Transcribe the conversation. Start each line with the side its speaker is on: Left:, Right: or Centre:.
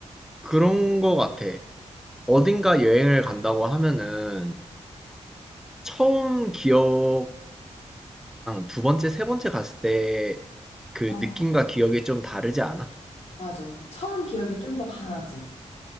Centre: 그런 것 같아. 어딘가 여행을 간다고 하면은 처음 기억이랑 두 번째, 세 번째 갔을 때 그
Left: 아,
Centre: 느낌과 기억이 좀 다르지 않아?
Left: 맞아. 처음 기억이 좀 더 강하지.